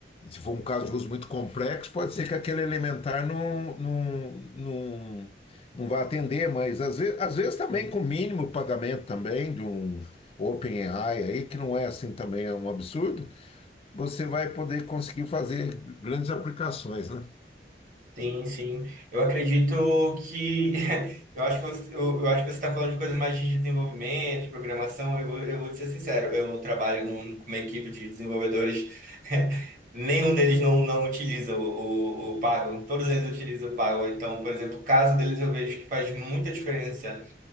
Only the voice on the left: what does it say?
se for um caso de uso muito complexo, pode ser que aquele elementar não, não, não, não vá atender, mas às vezes, às vezes também
com mínimo pagamento também de um OpenAI aí, que não é assim também é um absurdo, você vai poder conseguir fazer grandes aplicações, né?